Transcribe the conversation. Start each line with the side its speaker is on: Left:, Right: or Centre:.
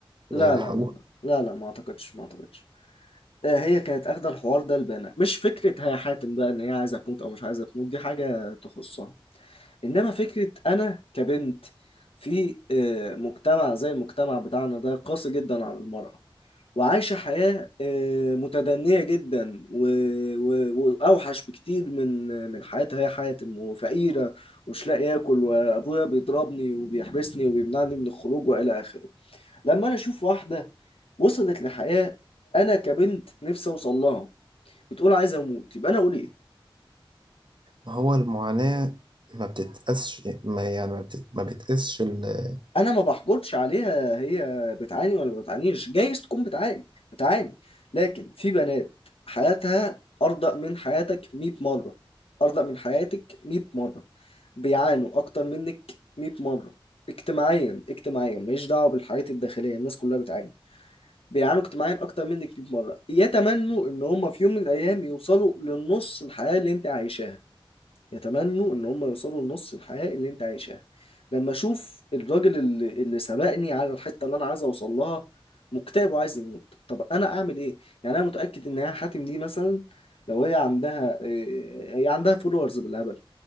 Left: لا
Right: ويلحقوها
Left: لا لا لا لا لا ما اعتقدش ما اعتقدش آه، هي كانت اخده الحوار ده لبانا مش فكره هي حاتم بقى ان هي عايزه تموت او مش عايزه تموت دي حاجه تخصها انما فكره انا كبنت في آه، مجتمع زي المجتمع بتاعنا ده قاسي جدا على المرأة وعايشة حياة آه، متدنية جدا و- و- وأوحش بكتير من من حياتها هي حاتم وفقيرة ومش لاقي ياكل وأبويا بيضربني وبيحبسني وبيمنعني من الخروج وإلى آخره لما أنا أشوف واحدة وصلت لحياة أنا كبنت نفسي أوصل لها بتقول عايز اموت يبقى انا اقول ايه
Right: ما هو المعاناة ما بتتقاسش ما يعني ما, بتت... ما بتقاسش القيامة
Left: انا ما بحجرش عليها هي بتعاني ولا ما بتعانيش جايز تكون بتعاني بتعاني لكن في بنات حياتها ارضى من حياتك 100 مره ارضى من حياتك 100 مره بيعانوا اكتر منك 100 مره اجتماعيا اجتماعيا ماليش دعوه بالحياه الداخليه الناس كلها بتعاني بيعانوا اجتماعيا اكتر منك 100 مره يتمنوا ان هم في يوم من الايام يوصلوا للنص الحياه اللي انت عايشاها يتمنوا ان هم يوصلوا لنص الحياة اللي انت عايشها لما اشوف الراجل اللي, اللي سبقني على الحتة اللي انا عايز اوصل لها مكتئب وعايز يموت طب انا اعمل ايه يعني انا متأكد ان يا حاتم دي مثلا لو هي عندها إيه، هي عندها فولورز بالهبل